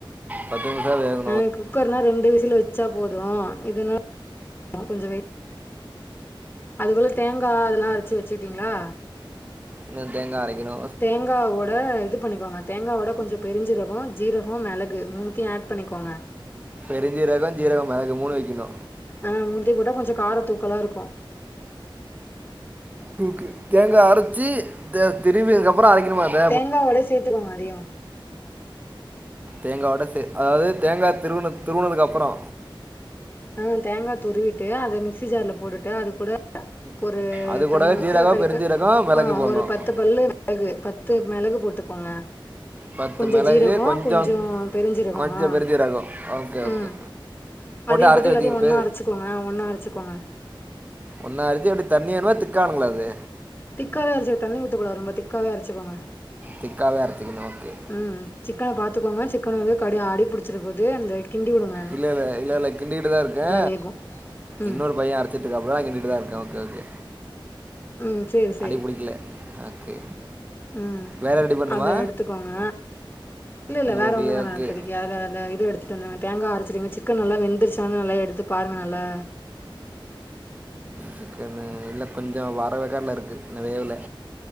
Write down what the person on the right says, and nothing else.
பத்து நிம்ஷோ வேகு
இன்னு தேங்கா அரைக்கணு
பெருஞ்சீரகோ ஜீரகோ மிளகு மூணு வைக்கணு
தூக்கு தேங்கா அரைச்சு த திருவி அப்றோ அரைக்கணு அத
தேங்காவோட சே அதாவது தேங்காய் திருவுன திருவுனதுக்கப்றோ
அது
கூடவே
ஜீரகம்
பெருஞ்சீரகம் மிளகு
போடணும்
பத்து
மிளகு
கொஞ்சம்
கொஞ்சம்
பெருஞ்ச ரகம் ஓகே ஓகே
அரைச்சி
வச்சுக்கணும்
பே
ஒன்னா அரச்சி அப்டி தண்ணி வேணுமா திக்கா வேணுங்களா அது
திக்காகவே அரைச்சிக்கணும் ஓகே
இல்லல இல்ல இல்ல கிண்டிகிட்டுதா இருக்கே
இன்னொரு பையே அரச் சிட்ருக்காபுல நா கிண்டிட்டு தா இருக்கே ஓகே ஓகே
அடி புடிக்கில ஓகே
வேற ரெடி பண்ணுமா
ரெடி
ஓகே
சிக்கனு இல்ல கொஞ்சோ வர வேக்காட்ல இருக்கு இன்னு வேவல